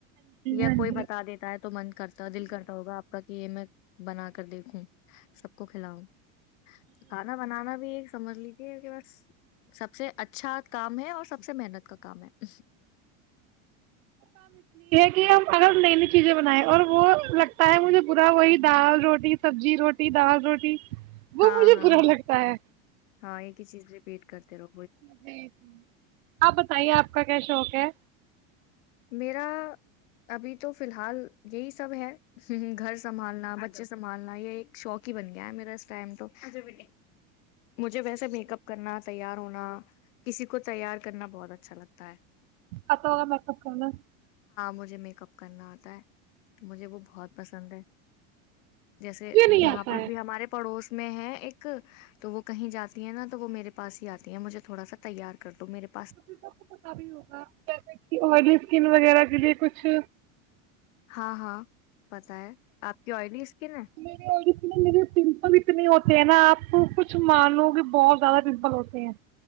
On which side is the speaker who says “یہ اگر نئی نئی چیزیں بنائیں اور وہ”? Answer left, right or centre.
Right